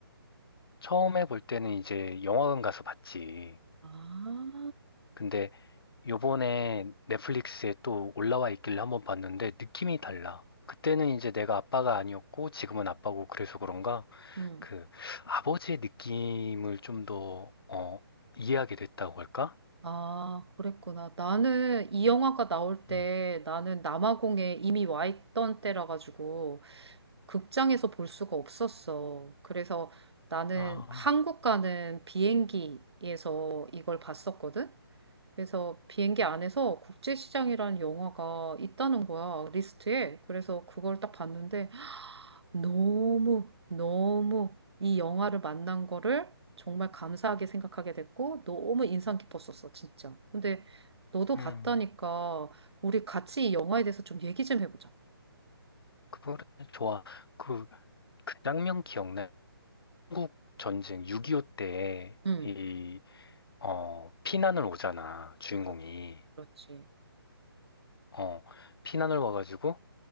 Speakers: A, on the left (about 65°); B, on the right (about 90°).
A: 처음에 볼 때는 이제 영화관 가서 봤지.
B: 아,
A: 근데 요번에 넷플릭스에 또 올라와 있길래 한번 봤는데 느낌이 달라. 그때는 이제 내가 아빠가 아니었고 지금은 아빠고 그래서 그런가?
B: 음.
A: 그 아버지의 느낌을 좀 더, 어, 이해하게 됐다고 할까?
B: 아, 그랬구나. 나는 이 영화가 나올 때
A: 음.
B: 나는 남아공에 이미 와 있던 때라 가지고 극장에서 볼 수가 없었어. 그래서 나는
A: 아,
B: 한국 가는 비행기에서 이걸 봤었거든. 그래서 비행기 안에서 국제시장이라는 영화가 있다는 거야, 리스트에. 그래서 그걸 딱 봤는데, 너무, 너무 이 영화를 만난 거를 정말 감사하게 생각하게 됐고, 너무 인상 깊었었어, 진짜. 근데 너도 봤다니까,
A: 음,
B: 우리 같이 이 영화에 대해서 좀 얘기 좀 해보자.
A: 그거래, 좋아. 그, 그 장면 기억나? 한국 전쟁 6.25 때,
B: 응,
A: 이, 어, 피난을 오잖아, 주인공이.
B: 그렇, 그렇지.
A: 어, 피난을 와가지고,